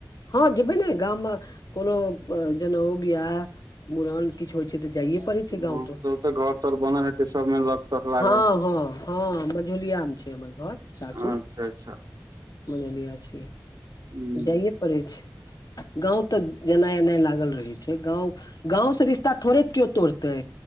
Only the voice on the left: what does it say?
हँ जेबै न गाम कोनो जनौ बिआह मुड़न किछो होइ छै तऽ जाइयए छै गौंव
त
हँ हँ हँ मझोलियामे छै हमर घर सासुर
मझौलिया छै
जाइए पड़ै छै गाँव तऽ जेनाइ एनाय लागल रहै छै गाँव गाँवसँ रिश्ता थोड़े केओ तोड़तै